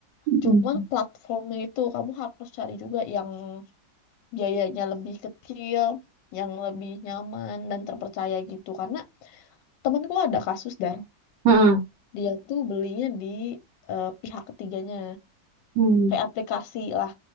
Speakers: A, on the right; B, on the left.
A: Mm-mm.
B: Cuman platformnya itu kamu harus cari juga yang biayanya lebih kecil, yang lebih nyaman dan terpercaya gitu. Karena temanku ada kasus dan
A: Mm-mm.
B: dia tuh belinya di eh, pihak ketiganya
A: Hmm.
B: kayak aplikasi lah.